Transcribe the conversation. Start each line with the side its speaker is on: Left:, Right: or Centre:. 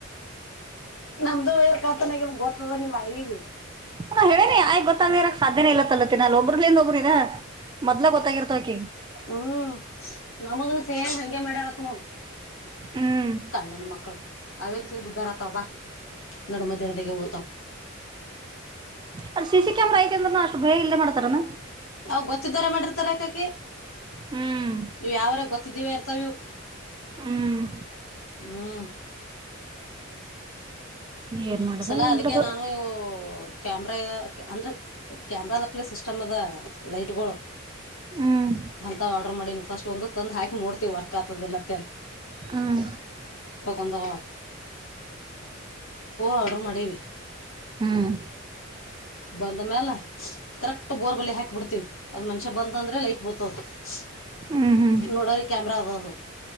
Left: ನಮ್ದು <unintelligible> ಗೊತ್ತದ ನಿಮ್ಮ್ ಅ ಯಿಗೆ
Right: ನಾ ಹೇಳಿನಿ <unintelligible> ಗೊತ್ತಾಗದೆ ಇರಕ್ಕೆ ಸಾಧ್ಯನ ಇಲತ್ತಲ್ಲ <unintelligible> ಒಬ್ರಲಿಂದ ಒಬ್ಬರಿಗೆ ಮೊದ್ಲ ಗೊತ್ತಾಗಿರ್ತವಕಿಗೆ
Left: ಹ್ಮ್ ನಮ್ಮದನ್ನ ಸೇಮ್ ಹಗೆ ಮಾಡ್ಯಾರನತ್ ನೋಡು
Right: ಹ್ಮ್
Left: ಕಳ್ಳನ ಮಕ್ಳು ಅವೆಲ್ ತಿಂದು ಉದ್ದಾರ ಆತಾವ ಬಾ ನಡ ಮದಡ್ದಾಗ ಓತಾವ
Right: ಅಲ್ಲಿ ಸಿ ಸಿ ಕ್ಯಾಮ್ರಾ ಐತೆ ಅಂದಾನ ಅಷ್ಟು ಭಯ ಇಲ್ಲೇ ಮಾಡ್ತಾರಾನ
Left: ಅವು ಗೊತ್ತಿದಾರ ಮಾಡಿರ್ತಾರೆ ಏಕಾಕಿ
Right: ಹ್ಮ್
Left: ಇವು ಯಾವರ ಗೊತ್ತಿದ್ದೀವೆ ಇರ್ತಾವೆ ಇವು
Right: ಹ್ಮ್
Left: ಹ್ಮ್
Right: ಏನ್ ಮಾಡದ
Left: ಈಸಲ
Right: ಏನ್
Left: ಅದಕ್ಕೆ
Right: ಬಿಡದ
Left: ನಾನು ಕ್ಯಾಮ್ರಾ ಅಂದ್ರೆ <unintelligible> ಸಿಸ್ಟಮ್ ಅದ ಲೈಟ್ಗಳು
Right: ಹ್ಮ್
Left: ಅಂತವು ಆರ್ಡರ್ ಮಾಡಿನಿ ಫಸ್ಟ್ ಒಂದ ತಂದ್ ಹಾಕಿ ನೋಡ್ತಿವಿ ವರ್ಕ್ ಆಗ್ತದ ಇಲ್ಲ ಅಂತೇಳಿ
Right: ಹ್ಮ
Left: ಒಂದು ಆರ್ಡರ್ ಮಾಡವಿ
Right: ಹ್ಮ್
Left: ಬಂದ್ ಮೇಲೆ ಕರೆಕ್ಟ್ ಬೋರ್ವೆಲ್ಗ್ ಹಾಕ್ಬಿಡ್ತೀವಿ ಅದು ಮನುಷ್ಯ ಬಂದ ಅಂದ್ರೆ ಲೈಟ್ ಬೀಳ್ತದೆ <unintelligible>
Right: ಹ್ಮ್ ಹ್ಮ್
Left: ಕ್ಯಾಮ್ರಾ ಅದದು